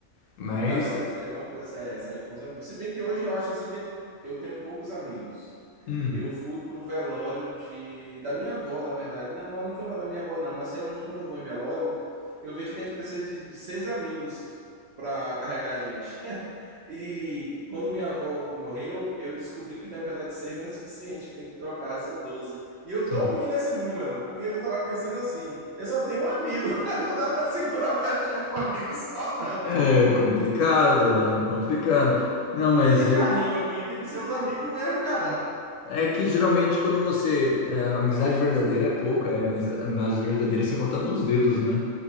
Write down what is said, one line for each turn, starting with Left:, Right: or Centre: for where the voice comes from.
Left: Mas,
Right: Dá para fazer alguma coisa, sair, sair com os amigos. Se bem que hoje eu acho assim que eu tenho poucos amigos.
Left: hum,
Right: Eu fui pro velório de da minha avó, na verdade. Não, mas não foi pra da minha avó, não. Mas geralmente quando eu vou em velório, eu vejo que a gente precisa de, de seis amigos para carregar a gente. <laughs> E quando minha avó morreu, eu descobri que na verdade seis não é suficiente, que tem que trocar, são 12. E eu
Left: são-
Right: tô ruim nesse número, porque eu tava pensando assim, eu só tenho um amigo, <laughs> não dá para segurar o caixão com um amigo só, não.
Left: é complicado, mano, é complicado. Não,
Right: E
Left: mas
Right: não tem
Left: é
Right: carrinho aqui, tem que ser os amigos mesmo, cara.
Left: é que geralmente quando você, é, A amizade verdadeira é pouco, é, mas A amizade verdadeira você conta nos dedos, né?